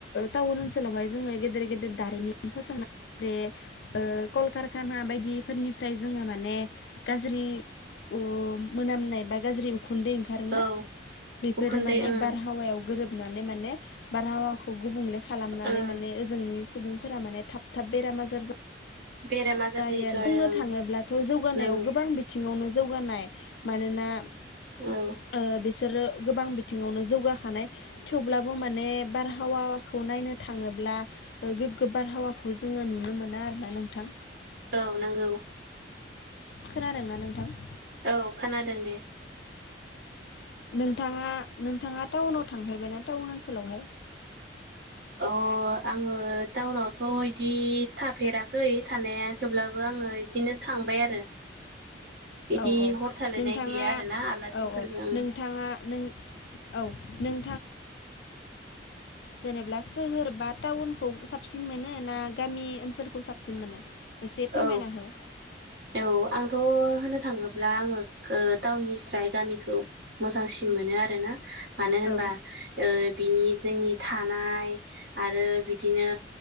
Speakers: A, on the left (about 65°); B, on the right (about 65°).
A: टाउन ओनसोलावहाय जोङो गेदेर गेदेर दारिमिन फसंनायेर ओ कलकारखाना बायदिफोरनि फ्राय जोङो माने गाज्रि
B: <inaudible>
A: ओ मोनामनाय बा गाज्रि उखुन्दै ओंखारोना
B: औ
A: बेफोरो
B: उखुन्दै
A: माने
B: ओं
A: बारहावायाव गोरोब नानै माने बारहावाखौ गुबुंले खालामनानै
B: ओं
A: माने ओ जोंनि सुबुंफोरा माने थाब थाब बेराम आजार जा
B: बेराम आजार
A: जायो
B: जायोथ'
A: बुंनो
B: आरो ओं
A: थाङोब्लाथ' जौगानायाव
B: नंगौ
A: गोबां बिथिङावनो जौगानाय मानोना
B: औ
A: ओ बिसोरो गोबां बिथिङावनो जौगाखानाय थेवब्लाबो माने बारहावाखौ नायनो थाङोब्ला ला गोबार हावाखौ जोङो नुनो मोना आरोना नोंथां
B: औ नंगौ
A: खोनादों ना नोंथां?
B: औ खोनादों दे।
A: नोंथाङा नोंथाङा टाउनाव थांफेरबायनाा टाउन ओनसोलावहाय
B: अ आङो टाउनावथ' बिदि थाफेराखै थानाय थेवब्लाबो आङो बिदिनो थांबाय आरो इदि
A: औ औ
B: हर थालायनाय
A: नोंथाङा
B: गैया आरोना आलासिफोरबो
A: औ औ
B: ओं
A: नोंथाङा नों औ नों
B: <inaudible>
A: जेनेबा सोहोर बा टाउनखौ साबसिन मोनो ना गामि ओनसोलखौ साबसिन मोनो एसे फोरमायना
B: औ
A: हो
B: औ आंथ' होनो थाङोब्ला आङो टाउननि स्राय गामिखौ मोजांसिन मोनो आरोना मानो होनबा
A: औ
B: ओ बिनि जोंनि थानाय आरो बिदिनो